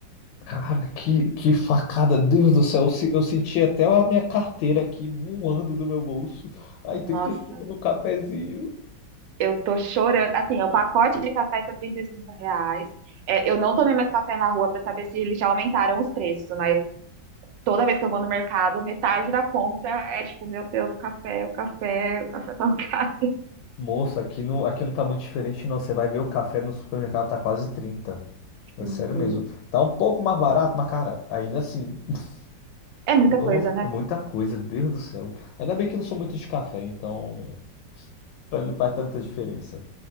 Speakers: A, on the left; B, on the right.
A: Cara, que, que facada, Deus do céu. Eu, se- eu senti até a minha carteira aqui voando do meu bolso. Aí, trinta
B: Nossa,
A: e cinco no cafezinho.
B: eu tô chorando. Assim, é o pacote de café está 35 reais. É, eu não tomei mais café na rua pra saber se eles já aumentaram os preços, mas toda vez que eu vou no mercado, metade da conta é tipo, meu Deus, o café, o café, o café tá <laughs> caro.
A: Moça, aqui não, aqui não tá muito diferente, não. Você vai ver o café no supermercado tá quase 30. É
B: Uhum.
A: sério mesmo. Tá um pouco mais barato, mas, cara, ainda assim, <laughs>
B: É muita
A: não,
B: coisa, né?
A: é muita coisa, Deus do céu. Ainda bem que eu não sou muito de café, então pra mim não faz tanta diferença.